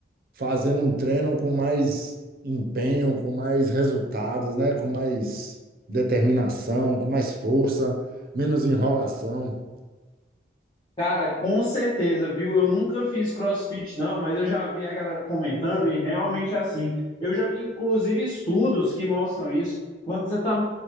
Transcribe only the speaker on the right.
fazendo um treino com mais empenho, com mais resultados, né? Com mais determinação, com mais força, menos enrolação.